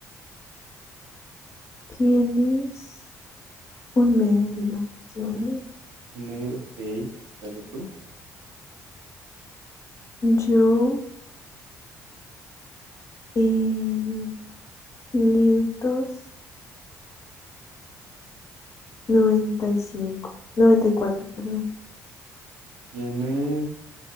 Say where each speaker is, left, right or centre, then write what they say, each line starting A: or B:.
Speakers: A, on the left (about 35°); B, on the right (about 60°).
A: Tienes un medio. Sí, un medio.
B: Un medio, ok. Dale tú.
A: Yo, eh, quinientos noventa y cinco, noventa y cuatro, perdón.
B: tiene